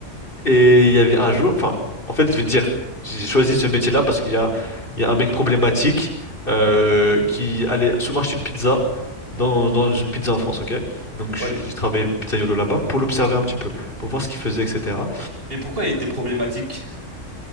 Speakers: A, on the left; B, on the right.
A: Et il y avait un jour, enfin, en fait, je vais te dire, j'ai choisi ce métier-là parce qu'il y a, il y a un mec problématique euh, qui allait souvent acheter une pizza dans, dans une pizza en France, ok? Donc j'ai
B: Ouais.
A: j'ai travaillé pizzaiolo là-bas pour l'observer un petit peu, pour voir ce qu'il faisait, etc.
B: Mais pourquoi il était problématique?